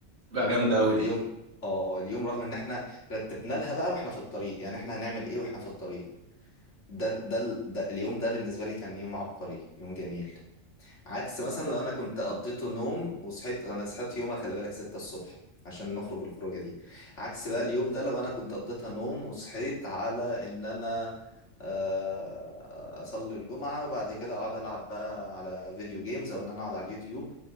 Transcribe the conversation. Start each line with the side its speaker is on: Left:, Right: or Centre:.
Right: تبقى جامدة قوي
Left: اليوم
Right: دي
Left: اه اليوم رغم ان احنا رتبنا لها بقى واحنا في الطريق يعني احنا هنعمل ايه واحنا في الطريق ده ده ده اليوم ده بالنسبة لي كان يوم عبقري يوم جميل عكس مثلا لو انا كنت قضيته نوم وصحيت انا صحيت يومها خلي بالك 6 الصبح عشان نخرج الخروجة دي عكس بقى اليوم ده لو انا كنت قضيتها نوم وصحيت على ان انا آه، اصلي الجمعة وبعد كده اقعد العب بقى على فيديو جيمز او ان انا اقعد على اليوتيوب